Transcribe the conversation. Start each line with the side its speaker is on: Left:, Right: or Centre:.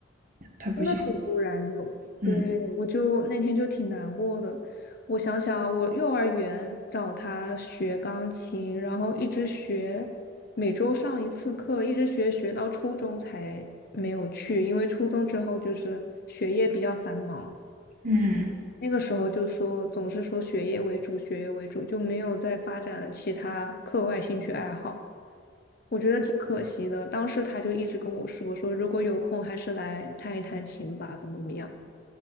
Right: 它不像
Left: 那挺突然的，对，
Right: 嗯
Left: 我就那天就挺难过的。我想想，我幼儿园找他学钢琴，然后一直学，每周上一次课，一直学学到初中才没有去，因为初中之后就是学业比较繁忙，
Right: 嗯。
Left: 那个时候就说总是说学业为主，学业为主，就没有再发展其他课外兴趣爱好。我觉得挺可惜的，当时他就一直跟我说，说如果有空还是来弹一弹琴吧，怎么怎么样。